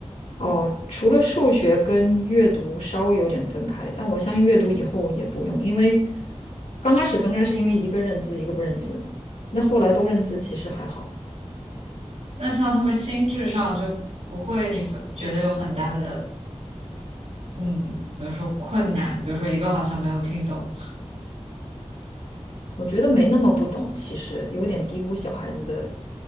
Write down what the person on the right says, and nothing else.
那像他们心智上就不会你分觉得有很大的嗯，比如说困难，比如说一个好像没有听懂，